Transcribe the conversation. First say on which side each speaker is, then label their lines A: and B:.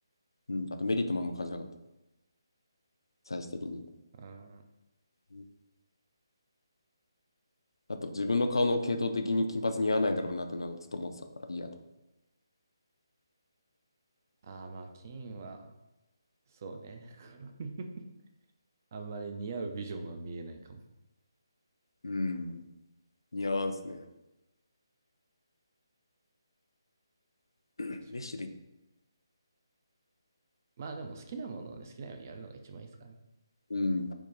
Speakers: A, on the left (about 75°); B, on the right (about 35°).
A: うん。うん、あとメリットもあんま感じなかった。最終的に。
B: うん
A: うんあと自分の顔の系統的に金髪似合わないだろうなってのはずっと思ってたから、いいやと。
B: ああ、まあ、金は、そうね。<laughs> あんまり似合うビジョンは見えないかも。
A: うん。似合わんすね。<clears throat> メッシュで
B: 確かにまあでも好きなものをね、好きなようにやるのが一番いいですからね。
A: うん。